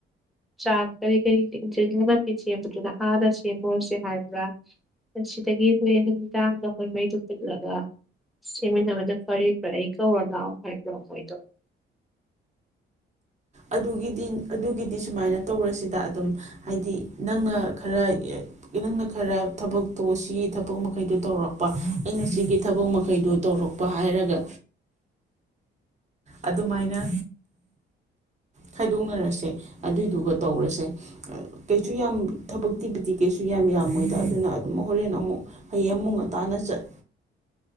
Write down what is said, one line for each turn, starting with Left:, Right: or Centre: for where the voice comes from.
Centre: ꯆꯥꯛ ꯀꯔꯤ ꯀꯔꯤ ꯏꯪꯁꯪ ꯅꯥꯄꯤ ꯁꯦꯝꯕꯗꯨꯅ ꯑꯥꯗ ꯁꯦꯝꯃꯨꯔꯁꯦ ꯍꯥꯏꯕ꯭ꯔꯥ ꯁꯤꯗꯒꯤ ꯍꯣꯔꯦꯟ ꯑꯦꯟꯁꯪ ꯗꯨ ꯑꯩꯈꯣꯏ ꯃꯩꯗꯨꯣ ꯄꯨꯜꯂꯒ ꯁꯦꯝꯃꯤꯟꯅꯕꯅ ꯐꯔꯤꯕ꯭ꯔꯥ ꯑꯩ ꯀꯧꯔ ꯂꯥꯛꯑꯣ ꯍꯥꯏꯕ꯭ꯔꯣ ꯃꯣꯏꯗꯣ
Right: ꯑꯗꯨꯒꯤꯗꯤ ꯑꯗꯨꯒꯤꯗꯤ ꯁꯨꯃꯥꯏꯅ ꯇꯧꯔꯁꯤꯗ ꯑꯗꯨꯝ ꯍꯥꯏꯗꯤ ꯅꯪꯅ ꯈꯔ ꯅꯪꯅ ꯈꯔ ꯊꯕꯛꯠ ꯇꯣ ꯁꯤꯒꯤ ꯊꯕꯛ ꯃꯈꯩꯗꯣ ꯇꯧꯔꯛꯄ ꯑꯩꯅ ꯁꯤꯒꯤ ꯊꯕꯛ ꯃꯈꯩꯗꯣ ꯇꯧꯔꯛꯄ ꯍꯥꯏꯔꯒ ꯑꯗꯨꯃꯥꯏꯅ ꯈꯥꯏꯗꯣꯛꯅꯔꯁꯦ ꯑꯗꯨꯏꯗꯨꯒ ꯇꯧꯔꯁꯦ ꯀꯩꯁꯨ ꯌꯥꯝ ꯊꯕꯛꯇꯤꯕꯨꯗꯤ ꯀꯩꯁꯨ ꯌꯥꯝ ꯌꯥꯝꯃꯣꯏꯗ ꯑꯗꯨꯅ ꯑꯗꯨꯝ ꯍꯣꯔꯦꯟ ꯑꯃꯨꯛ ꯍꯌꯦꯡ ꯑꯃꯨꯛ ꯉꯇꯥꯅ ꯆꯠ